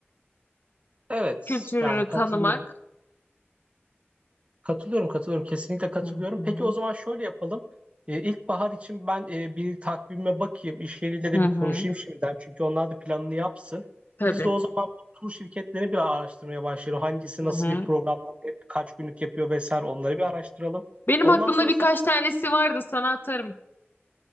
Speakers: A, on the right; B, on the left.
A: evet
B: kültürünü
A: yani katılıyorum.
B: tanımak.
A: Katılıyorum, katılıyorum. Kesinlikle katılıyorum.
B: Hı hı,
A: Peki o zaman şöyle yapalım. Ee, İlkbahar için ben e, bir takvime bakayım. İş yeriyle
B: hı
A: de bir
B: hı.
A: konuşayım şimdiden. Çünkü onlar da planını yapsın.
B: Tabii.
A: Biz de o zaman bu tur şirketlerini bir araştırmaya başlayalım. Hangisi
B: Hı
A: nasıl
B: hı.
A: bir programla kaç günlük yapıyor vesaire onları bir araştıralım.
B: Benim
A: Ondan
B: aklımda
A: sonra
B: birkaç
A: sen
B: tanesi vardı sana atarım.